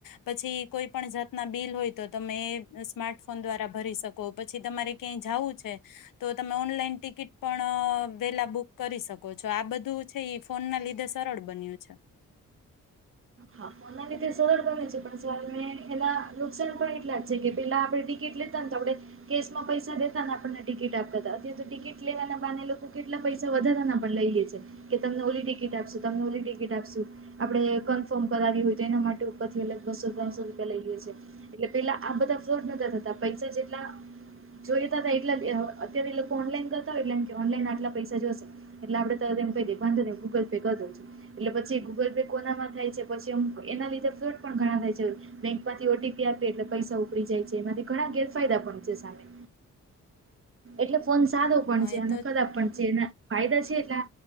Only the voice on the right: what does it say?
હા ફોન સરળ બને છે પણ સવાલ એના નુકસાન પણ એટલા જ છે કે પેલા આપણે ટિકિટ લેતા આપણે કેસ માં પૈસા દેતા ને આપણને ટિકિટ આપતા હતા અત્યારે તો ટિકિટ લેવાના બાને એ લોકો કેટલા પૈસા વધારાના પણ લઈએે છે કે તમને ઓલી ટિકિટ આપશું તમને ઓલી ટિકિટ આપશું આપણે ફોર્મ કરાવી હોય તો એના માટે ઉપરથી અલગ બસો ત્રણસો રૂપિયા લઈએ છીએ એટલે પેલા આ બધા ફ્રોડ નતા થતા પૈસા જેટલા જોઈતા એટલા અત્યારે એ લોકો ઓનલાઈન કરતા હોય એટલે ઓનલાઈના આટલા પૈસા જોશે એટલે આપડે કહી દેંધો ગૂગલ પે કરી દો છું એટલે પછી ગૂગલ પે કોનામાં થાય છે તે પછી અમ એના લીધે ફ્લોડ પણ ઘણા થાય છે બેંકમાંથી ઓટીપી આપીએ એટલે પૈસા ઉપડી જાય છે એમાંથી ઘણા ગેરફાયદા પણ છે સામે એટલે ફોન સારો પણ
છે
અને
કદા પણ છે એના ફાયદા છે એટલા